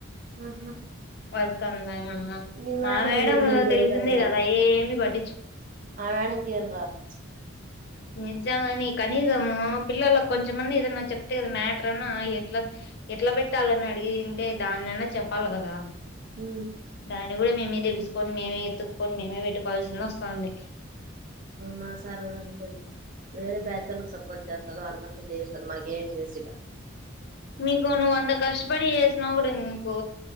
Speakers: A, on the right (about 40°); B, on the left (about 55°).
A: ఆహా
B: వర్క్ కందంగు అ
A: మీ మేడం
B: మా మేడమ్
A: ఎందుకు మీ గైడ్
B: తెలిసిందే
A: అట్లా
B: కదా ఏమి పట్
A: ఆ మ్యాడమ్ కీ ఏం రాదు
B: నిజ్జంగాని కనీసం ము పిల్లల్లకి కొంచంమన్న ఏదన్నా చెప్తేగా మ్యాటరన్న ఎ ఎట్లా ఎట్లా పెట్టాలని అడిగి అంటే దాన్నన్నా చెప్పాలి కదా
A: ఉ
B: దాన్ని కూడా మేమే తెలుసుకని మేమే ఎతుక్కొని మేమ పెట్టుకోవాల్సిన వోస్ స్థాంది
A: మా సార్ కూడా అంతేలే వేరే బ్యాచ్ ఒళ్ళకి సపోర్ట్ చేస్తాడు వాళ్ళకంత చేస్తాడు మాకేం చేసి
B: నీకు నువ్వు అంత కష్టపడి చేసిన కూడా నీకు